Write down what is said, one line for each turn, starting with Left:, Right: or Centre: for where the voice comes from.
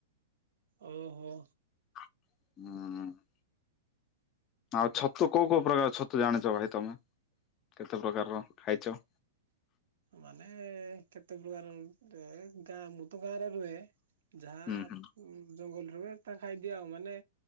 Right: ଓହୋ
Left: ହୁଁ ଆଉ ଛତୁ କୋଉ କୋଉ ପ୍ରକାର ଛତୁ ଜାଣିଛ ଭାଇ ତମେ କେତେ ପ୍ରକାରର ଖାଇଛ?
Right: ମାନେ କେତେ ପ୍ରକାର ଗାଁ ମୁଁ ତ ଗାଁ ରେ ରୁହେ ଯାହା
Left: ହୁଁ ହୁଁ
Right: ଜଙ୍ଗଲରହେ ତା ଖାଇଦିଆ ଆଉ ମାନେ